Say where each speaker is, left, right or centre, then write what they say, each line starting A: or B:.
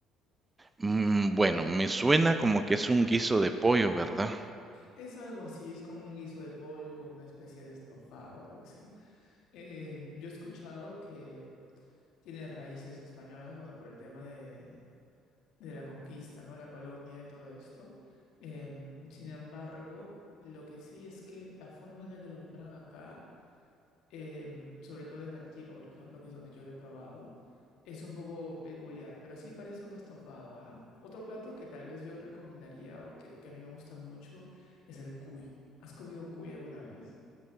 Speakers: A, on the right; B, on the left.
A: Mm, bueno, me suena como que es un guiso de pollo, ¿verdad?
B: Es algo así, es como un guiso de pollo, como una especie de estofado, algo así. Eh, yo he escuchado que tiene raíces españolas, bueno, por el tema de, de la conquista, ¿no? La colonia y todo esto. Em, sin embargo, lo que sí es que la forma en la que lo preparan acá eh, sobre todo en Arequipa, por ejemplo, que es donde yo lo he probado, es un poco peculiar, pero sí parece un estofado, ¿ah? Otro plato que tal vez yo recomendaría o que, que a mí me gusta mucho es el cuy. ¿Has comido cuy alguna vez?